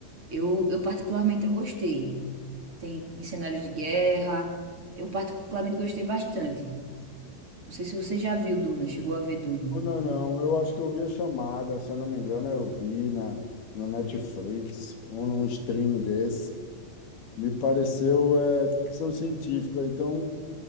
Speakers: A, on the right; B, on the left.
A: Eu, eu particularmente eu gostei. Tem cenários de guerra, eu particularmente gostei bastante. Não sei se você já viu Duna, chegou a ver Duna.
B: Não, não, eu acho que eu vi a chamada, se eu não me engano, eu vi na, no Netflix ou num streaming desse. Me pareceu é, ficção científica, então